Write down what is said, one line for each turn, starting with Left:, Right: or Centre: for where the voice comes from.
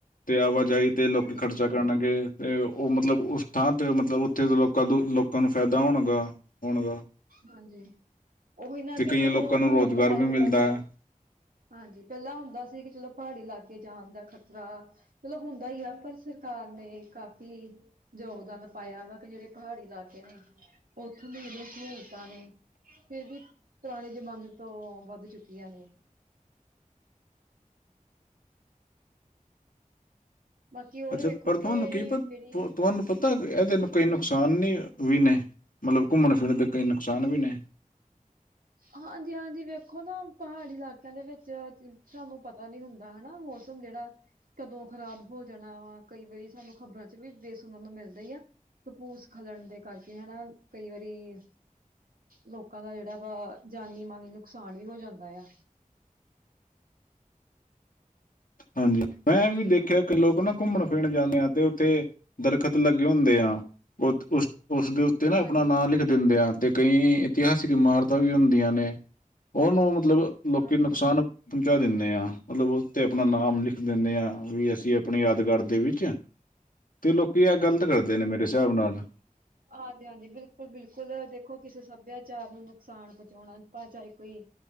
Left: ਤੇ ਆਵਾਜਾਈ ਤੇ ਲੋਕੀ
Right: ਹਾਂਜੀ,
Left: ਖੜ ਸੱਕਦੇ ਚਾ ਕਰਨਣਗੇ ਤੇ ਉਹ ਮਤਲਬ ਉਸ ਥਾਂ ਤੇ ਮਤਲਬ ਉੱਥੇ ਲੋਕਾਂ ਦ ਲੋਕਾਂ ਨੂੰ ਫ਼ਾਇਦਾ ਹੋਣਗਾ ਹੋੁਣ ਗਾ
Right: ਹਾਂਜੀ ਉਹੀ ਨਾ ਕੇ
Left: ਕਈਆਂ
Right: ਚਲੋ
Left: ਲੋਕਾਂ
Right: ਅ
Left: ਨੂੰ ਰੋਜ਼ਗਾਰ ਵੀ
Right: ਅੱਜ
Left: ਮਿਲਦਾ
Right: ਕੱਲ
Left: ਹੈ
Right: ਹਾਂਜੀ ਪਹਿਲਾਂ ਹੁੰਦਾ ਸੀ ਕਿ ਚਲੋ ਪਹਾੜੀ ਇਲਾਕੇ ਜਾਣ ਦਾ ਖ਼ਤਰਾ ਮਤਲਬ ਹੁੰਦਾ ਹੀ ਆ ਪਰ ਸਰਕਾਰ ਨੇ ਕਾਫ਼ੀ ਯੋਗਦਾਨ ਪਾਇਆ ਵਾ ਕਿ ਜਿਹੜੇ ਪਹਾੜੀ ਇਲਾਕੇ ਨੇ ਉੱਥੋਂ ਹੀ ਸਹੂਲਤਾਂ ਨੇ ਫਿਰ ਵੀ ਪੁਰਾਣੇ ਜ਼ਮਾਨੇ ਤੋਂ ਵੱਧ ਚੁੱਕੀਆਂ ਨੇ ਬਾਕੀ ਹੋਰ
Left: ਅੱਛਾ
Right: ਵੇਖੋ
Left: ਪਰ
Right: ਕਿ
Left: ਤੁਹਾਨੂੰ ਕੀ ਪਤਾ,
Right: ਜਿਹੜੀ
Left: ਤੁਹਾਨੂੰ ਪਤਾ ਤਾਂ ਇਹਦੇ ਨੂੰ ਕਈ ਨੁਕਸਾਨ ਨੀ ਵੀ ਨੇ, ਮਤਲਬ ਘੁੰਮਣ ਫਿਰਨ ਦੇ ਕਈ ਨੁਕਸਾਨ ਵੀ ਨੇ
Right: ਹਾਂਜੀ ਹਾਂਜੀ ਵੇਖੋ ਨਾ ਪਹਾੜੀ ਇਲਾਕਿਆਂ ਦੇ ਵਿੱਚ ਸਾਨੂੰ ਪਤਾ ਨੀ ਹੁੰਦਾ ਹਨਾ ਮੌਸਮ ਮੌਸਮ ਜਿਹੜਾ ਕਦੋਂ ਖ਼ਰਾਬ ਹੋ ਜਾਣਾ ਵਾ ਕਈ ਵਾਰੀ ਸਾਨੂੰ ਖ਼ਬਰਾਂ ਚ ਵੀ ਦੇ ਸੁਣਨ ਨੂੰ ਮਿਲਦਾ ਹੀ ਆ ਕਪੂਸ ਖਲਣ ਦੇ ਕਰਕੇ ਹੈਨਾ ਕਈ ਵਾਰੀ ਲੋਕਾਂ ਦਾ ਜਿਹੜਾ। ਵਾ ਜਾਨੀ ਮਾਨੀ ਨੁਕਸਾਨ ਵੀ ਹੋ ਜਾਂਦਾ ਆ
Left: ਹਾਂਜੀ ਮੈਂ ਇਹ ਵੀ ਦੇਖਿਆ ਕਿ ਲੋਕ ਨਾ
Right: ਹਾਂਜੀ।
Left: ਘੁੰਮਣ ਫਿਰਨ ਜਾਂਦੇ ਆ ਤੇ ਤੇ ਦਰਖਤ ਲੱਗੇ ਹੁੰਦੇ ਆ ਉਸ ਉਸਦੇ ਉੱਤੇ ਨਾ
Right: ਹਾਂਜੀ,
Left: ਅਪਣਾ ਨਾਂ ਲਿਖਦੇ ਦਿੰਦਿਆਂ, ਤੇ ਕਈ ਇਤਿਹਾਸਿਕ ਇਮਾਰਤਾਂ ਵੀ ਹੁੰਦੀਆਂ ਨੇ ਉਹਨੂੰ ਮਤਲਬ ਲੋਕੀ
Right: ਹਾਂਜੀ,
Left: ਨੁਕਸਾਨ ਪਹੁੰਚਾ ਦਿੰਦੇ ਆ ਮਤਲਬ ਉਹ ਤੇ ਆਪਣਾ ਨਾਮ ਲਿਖ ਦਿੰਦੇ ਹਾਂ ਵੀ ਅਸੀਂ ਆਪਣੀ ਯਾਦਗਾਰ ਦੇ ਵਿੱਚ ਤੇ ਲੋਕੀ ਐ ਗ਼ਲਤ ਕਰਦੇ ਨੇ ਮੇਰੇ ਹਿਸਾਬ ਨਾਲ
Right: ਹਾਂਜੀ ਹਾਂਜੀ ਬਿਲਕੁਲ ਬਿਲਕੁਲ ਦੇਖੋ ਕਿਸੇ ਸੱਭਿਆ। ਚਾਰ ਨੂੰ ਨੁਕਸਾਨ ਪਹੁੰਚਾਉਣਾ ਭਾ ਚਾਹੇ ਕੋਈ।